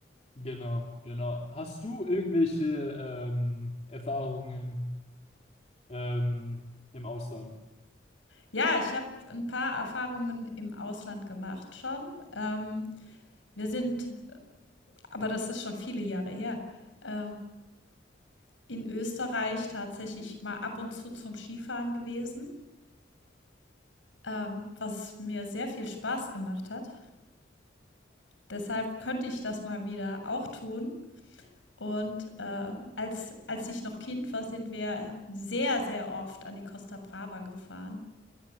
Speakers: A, on the left (about 35°); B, on the left (about 80°).
A: Genau, genau. Hast du irgendwelche ähm, Erfahrungen ähm, im Ausland?
B: Ja, ich habe ein paar Erfahrungen im Ausland gemacht schon. Ähm, wir sind, aber das ist schon viele Jahre her, ähm, in Österreich tatsächlich mal ab und zu zum Skifahren gewesen, ähm, was mir sehr viel Spaß gemacht hat. Deshalb könnte ich das mal wieder auch tun. Und äh, als, als ich noch Kind war, sind wir sehr, sehr oft an die Costa Brava gefahren,